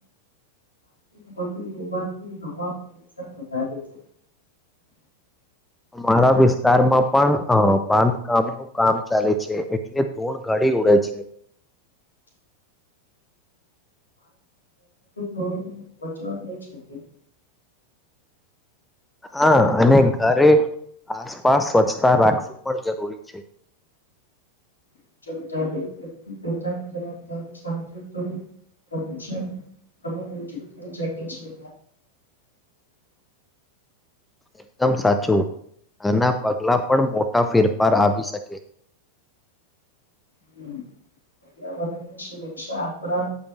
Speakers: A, on the left; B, in the centre.
A: <unintelligible> વધુ હોવાથી હવા પુદુષણ વધારે છે. <unintelligible>
B: અમારા વિસ્તારમાં પણ અ બાંધકામ નું કામ ચાલે છે, એટલે ધૂળ ગાડી ઉડે છે.
A: <unintelligible> થોડો બચવા થઈ શકે.
B: હા, અને ઘરે આસપાસ સ્વચ્છતા રાખવી પણ જરૂરી છે.
A: <unintelligible> વ્યક્તિ પોતાની જવાબદારી સમજે તો પ્રભૂષણ ઘણુ ઓછું થઈ જાય છે.
B: એકદમ સાચું, આના પગલા પણ મો ટા ફેરફાર આવી શકે.
A: હમ્મ. પર્યાવરણની સુરક્ષા આપણા